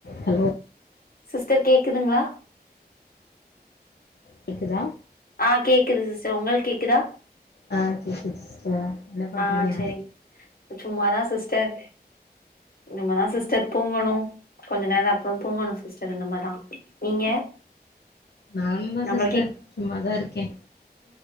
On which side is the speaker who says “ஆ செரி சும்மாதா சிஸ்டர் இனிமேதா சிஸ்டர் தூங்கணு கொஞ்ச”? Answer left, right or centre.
Left